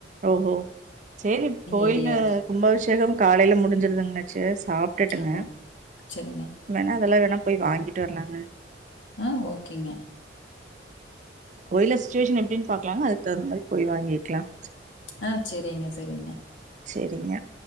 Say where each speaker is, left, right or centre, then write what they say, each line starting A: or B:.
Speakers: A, on the right; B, on the left.
A: ஓஹோ சரி கோயில்அ
B: ஏரியா இருக்கு.
A: கும்பாபிஷேகம் காலையில முடிஞ்சுருதுங்கால செர் சாப்ட்டுட்டுங்க
B: ஆமாங்க. சரிங்க.
A: எங்கன வெளிய வேணும்ண போய் வாங்கிட்டு வரலாங்க
B: ஆஹ் ஓகேங்க
A: கோயில சுச்சுவேஷன் எப்படின்னு பாக்கலாங்க அது தகுந்த மாதிரி போய் வாங்கிக்கலாம்
B: ஆஹ் செரிங்க ச பெரும
A: சரிங்க